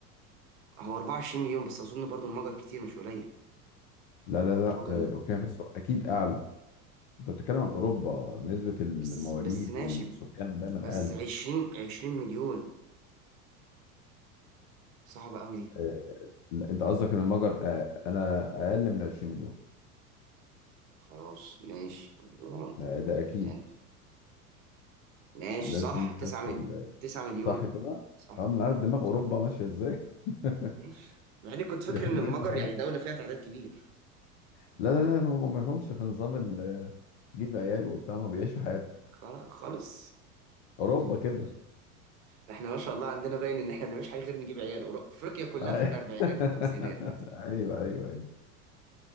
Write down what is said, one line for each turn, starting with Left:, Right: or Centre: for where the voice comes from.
Right: هو 24 مليون بس اظن برضو المجر كتير مش قليل
Left: لا لا لا
Right: مجر مت-
Left: آه، بوركينا فاسو اكيد اعلى انت بتتكلم عن اوروبا نسبة المواليد
Right: بس بس ماشي
Left: والسكان دايما
Right: بس
Left: اقل
Right: عشرين عشرين مليون صعبة أوي دي
Left: آه، لا، انت قصدك ان المجر آه، انا اقل من 20 مليون
Right: خلاص ماشي رمضان
Left: ما ده اكيد
Right: يعني ماشي
Left: الناس
Right: صح
Left: دي مالهاش
Right: تسعة مليون
Left: في ال-
Right: تسعة مليون
Left: صح كده
Right: صح
Left: اه من عارف دماغ اوروبا
Right: صح
Left: ماشيه ازاي <laughs>
Right: ماشي مع إني كنت فاكر
Left: بيحبوا
Right: إن المجر
Left: يعيشوا حياتهم
Right: يعني دولة فيها تعداد كبير
Left: لا لا لا هم ما لهمش في نظام ال- جيب عيال وبتاع ما بيعيشوا حياتهم
Right: خلاص خالص
Left: اوروبا كده
Right: احنا ما شاء الله عندنا باين ان احنا ما بنعملش حاجه غير نجيب عيال أورو- افريقيا كلها
Left: أي- <laughs>
Right: في الاربعينات والخمسينات
Left: ايوه ايوه ايوه